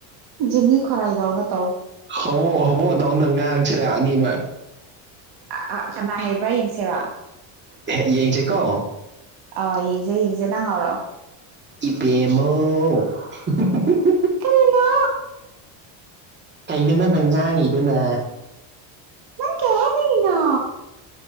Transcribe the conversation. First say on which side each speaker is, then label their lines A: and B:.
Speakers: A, on the right; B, on the right.
A: ꯖꯦꯅꯤ ꯈꯨꯔꯥꯏꯗꯧꯅ ꯇꯧ
B: ꯍꯧꯉꯣ ꯍꯧꯉꯣ ꯗꯧꯅ ꯉꯥꯡꯁꯤꯔ ꯑꯅꯤꯃꯛ
A: ꯑꯥ ꯀꯅꯥ ꯍꯩꯕ ꯌꯦꯡꯁꯤꯔ
B: ꯍꯦ ꯌꯦꯡꯁꯤꯀꯣ
A: ꯑꯥ ꯌꯦꯡꯖꯦ ꯌꯦꯡꯖꯦ ꯅꯪ ꯍꯧꯔꯛꯑꯣ
B: ꯏꯕꯦꯝꯃꯥꯎ <unintelligible>
A: ꯀꯔꯤꯅꯣ
B: ꯀꯩꯅꯣ ꯅꯪꯅ ꯉꯥꯡꯉꯤꯗꯨꯅ
A: ꯅꯪ ꯀꯩ ꯍꯥꯢꯅꯤꯡ ꯉꯤꯅꯣ